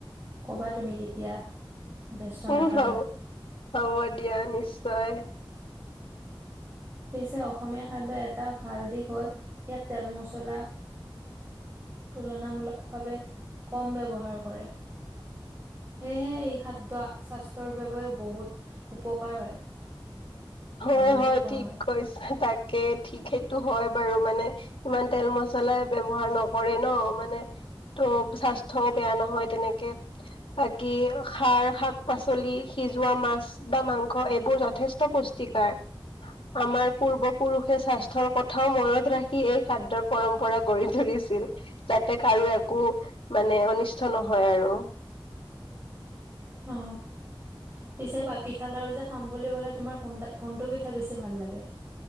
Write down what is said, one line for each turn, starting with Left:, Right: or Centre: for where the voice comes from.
Right: কবা তুমি কেতিয়া। ব্যস্ত
Left: উম
Right: নাথাকা
Left: হব হ'ব দিয়া নিশ্চয়।
Right: পিছে অসমীয়া খাদ্যৰ এটা ভাল দিশ হ'ল ইয়াত তেল মছলা তুলনামূলকভাৱে কম ব্যৱহাৰ কৰে। সেয়েহে এই খাদ্য স্বাস্থ্যৰ বাবেও বহুত উপকাৰ হয়।
Left: হয়
Right: ভাল বুলিও কোৱা
Left: ঠিক
Right: হয়।
Left: কৈছা তাকে ঠিক সেইটো হয় বাৰু মানে ইমান তেল মছলাই ব্যৱহাৰ নকৰে ন। অ মানে ত' স্বাস্থ্যও বেয়া নহয় তেনেকে। বাকি খাৰ, শাক পাচলি, সিজোৱা মাছ বা মাংস এইবোৰ যথেষ্ট পুষ্টিকাৰ। আমাৰ পূৰ্বপুৰুষ স্বাস্থ্যৰ কথাও মনত ৰাখি এই খাদ্যৰ পৰম্পৰা গঢ়ি তুলিছিল যাতে কাৰো এক একো মানে অনিষ্ট নহয় আৰু।
Right: অ। পিছে পা‌ পিঠা লাৰু যে খাম বুলি ক'লা তোমাৰ কোনতা কোনটো পিঠা বেছি ভাল লাগে?